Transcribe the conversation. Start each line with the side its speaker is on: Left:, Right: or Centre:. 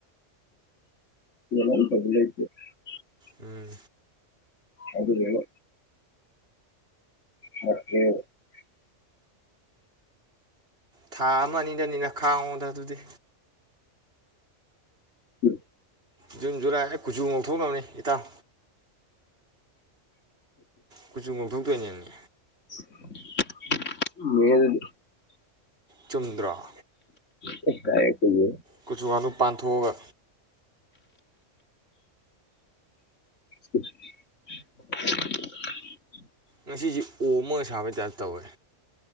Left: <unintelligible>
Right: ꯎꯝ
Left: ꯑꯗꯨ ꯂꯩꯔ <unintelligible>
Right: ꯊꯥ ꯑꯃ ꯑꯅꯤꯗꯅꯤꯅ ꯈꯥꯡꯉꯣꯗ ꯑꯗꯨꯗꯤ
Left: <inaudible>
Right: ꯖꯨꯟ ꯖꯨꯂꯥꯏ ꯍ ꯀꯨꯆꯨ ꯉꯧꯊꯣꯛꯅꯕꯅꯤ ꯏꯇꯥꯎ ꯀꯨꯆꯨꯉꯧꯊꯧ ꯇꫭꯏꯅꯦꯃꯦ
Left: <unintelligible>
Right: ꯆꯨꯝꯗ꯭ꯔꫭ
Left: <unintelligible>
Right: ꯀꯨꯆꯨ ꯉꯥꯅꯨ ꯄꯥꯟꯊꯣꯛꯑꯒ
Left: <inaudible>
Right: ꯉꯁꯤꯁꯤ ꯑꯣꯝꯃꯒ ꯁꯥꯕꯩ ꯇꯥꯏꯞ ꯇꯧꯋꯦ